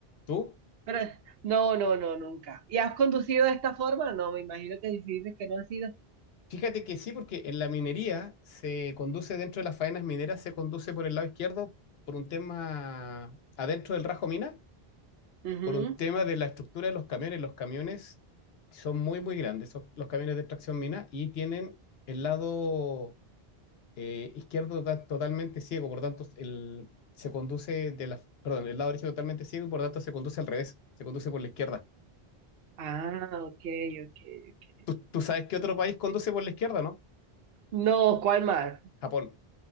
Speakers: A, on the left; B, on the right.
A: ¿Tú?
B: Pero, no, no, no, nunca. ¿Y has conducido de esta forma? No, me imagino que si dices que no has ido.
A: Fíjate que sí, porque en la minería se conduce dentro de las faenas mineras, se conduce por el lado izquierdo por un tema adentro del rajo mina,
B: Ujú.
A: por un tema de la estructura de los camiones. Los camiones son muy, muy grandes, son los camiones de extracción mina, y tienen el lado eh, izquierdo to- totalmente ciego, por tanto, el, se conduce de la, perdón, el lado derecho totalmente ciego y por tanto se conduce al revés, se conduce por la izquierda.
B: Ah, ok, ok, ok.
A: ¿Tú, tú sabes qué otro país conduce por la izquierda, no?
B: No, ¿cuál mar?
A: Japón.